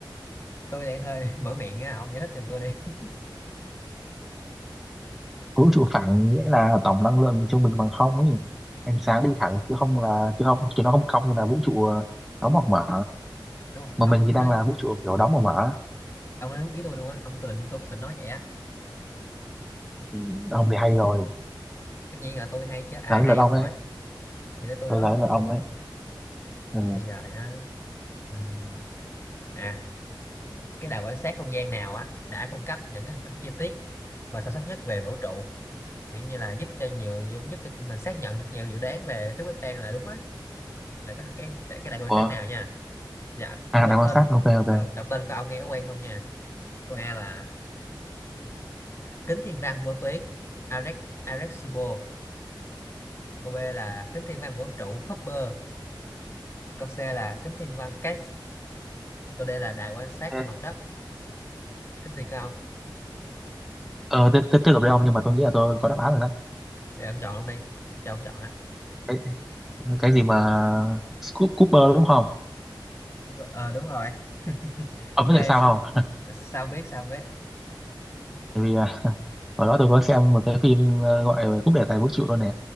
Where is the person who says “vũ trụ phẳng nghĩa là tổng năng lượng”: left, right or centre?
Centre